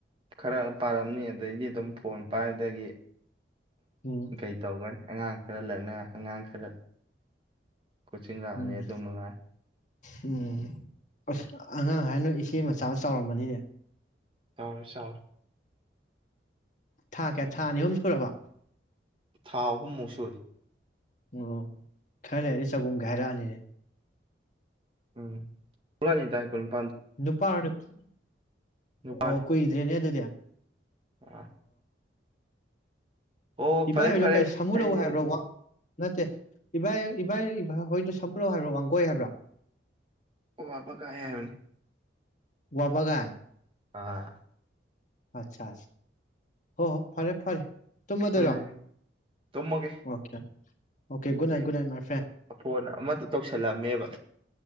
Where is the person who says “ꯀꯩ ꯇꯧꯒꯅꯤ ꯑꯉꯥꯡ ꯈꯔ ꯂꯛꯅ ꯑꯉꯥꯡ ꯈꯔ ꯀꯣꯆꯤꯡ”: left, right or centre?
Right